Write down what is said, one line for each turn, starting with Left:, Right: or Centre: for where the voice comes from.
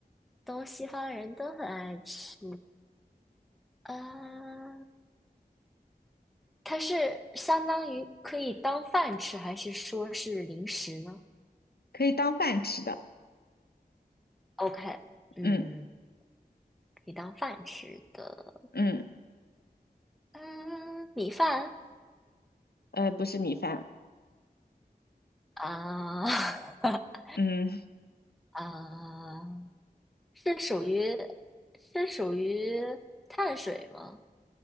Centre: 东西方人都很爱吃，啊，它是相当于可以当饭吃，还是说是零食呢
Left: 可以当饭吃的。
Centre: ？OK，嗯，
Left: 嗯
Centre: 可以当饭吃的，
Left: 嗯，
Centre: 嗯，米饭
Left: 呃，不是米饭，
Centre: 啊 <laughs>
Left: 嗯
Centre: 啊，是属于是属于碳水吗？